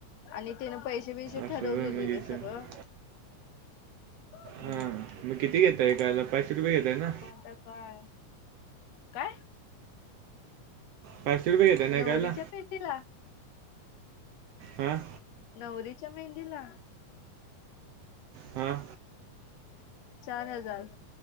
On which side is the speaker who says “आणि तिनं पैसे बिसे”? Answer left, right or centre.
Left